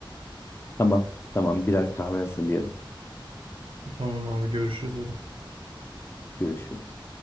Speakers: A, on the left; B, on the right.
A: Tamam. Tamam. Birer kahve hazırlayalım.
B: Tamam abi görüşürüz hadi.
A: Görüşürüz.